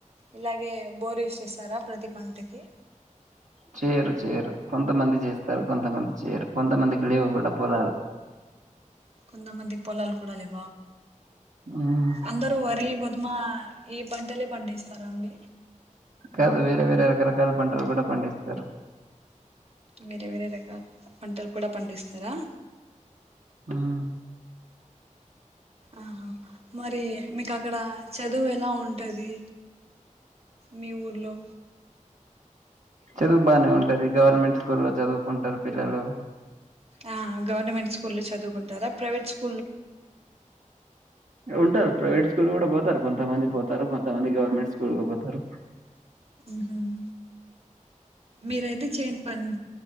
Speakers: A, on the right; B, on the right.
A: ఇలాగే బోర్ యూజ్ చేస్తారా ప్రతి పంటకి
B: చేయరు చేయరు కొంతమంది జేస్తారు కొంతమంది చెయ్యరు కొంతమందికి లేవ్ గూడా పోలాలు.
A: కొంతమందికి పొలాల్ కూడా లె.
B: ఉమ్,
A: అందరు వరి గొధుమా. ఈ పంటలే పండిస్తరా అండి.
B: కాదు వేరే వేరే రకరకాల పంటలు గూడా పండిస్తారు.
A: వేరే వేరే రకాల్ ప పంటల్ కూడా పండిస్తారా.
B: ఉమ్.
A: ఆహా మరీ మీక్ అక్కడ చదువు ఎలా ఉంటది మీ ఊర్లో.
B: చదువ్ బానే ఉంటది గవర్నమెంట్ స్కూల్లో చదువ్. ఉంటరు పిల్లలు.
A: ఆ గవర్నమెంట్ స్కూల్లో చదువుకుంటారా ప్రైవేట్ స్కూ.
B: ఉంటారు ప్రైవేట్ స్కూ. తూల్ గుడా పోతారు కొంతమంది పోతారు కొంతమంది గవర్నమెంట్ స్కూల్ కు పోతారు.
A: హు హ్మ్ మీరైతే చేన్ పని.